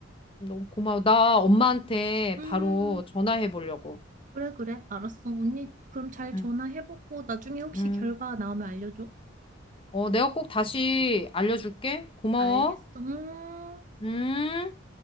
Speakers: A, on the left (about 30°); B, on the right (about 40°).
A: 너무 고마워. 나 엄마한테
B: 음,
A: 바로 전화해 보려고.
B: 그래, 그래. 알았어. 언니, 그럼 잘
A: 음
B: 전화해보고 나중에 혹시
A: 음
B: 결과 나오면 알려줘.
A: 어, 내가 꼭 다시 알려줄게. 고마워.
B: 알겠어. 음.
A: 음.